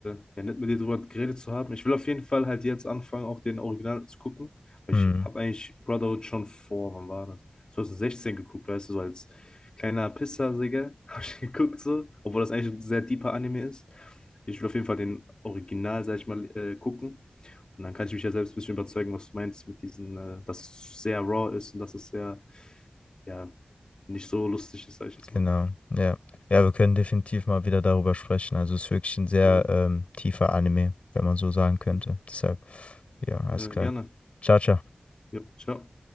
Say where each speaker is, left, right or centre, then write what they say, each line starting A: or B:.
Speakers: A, on the left (about 45°); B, on the left (about 70°).
A: äh, ja, nett, mit dir drüber geredet zu haben. Ich will auf jeden Fall halt jetzt anfangen, auch den Original zu gucken, weil
B: Mm,
A: ich habe eigentlich Brotherhood schon vor, wann war das? 2016 geguckt, weißt du, so als kleiner Pisser, Digga, <laughs> habe ich geguckt so, obwohl das eigentlich ein sehr deeper Anime ist. Ich will auf jeden Fall den Original, sag ich mal, äh, gucken. Und dann kann ich mich ja selbst ein bisschen überzeugen, was du meinst mit diesen, äh, dass es sehr raw ist und dass es sehr, ja, nicht so lustig ist, sag ich jetzt
B: genau,
A: mal.
B: ja. Ja, wir können definitiv mal wieder darüber sprechen. Also es ist wirklich ein sehr
A: Äh,
B: ähm, tiefer Anime, wenn man so sagen könnte.
A: hm.
B: Deshalb, ja, alles
A: äh,
B: klar.
A: gerne.
B: Ciao, ciao.
A: Jo, ciao.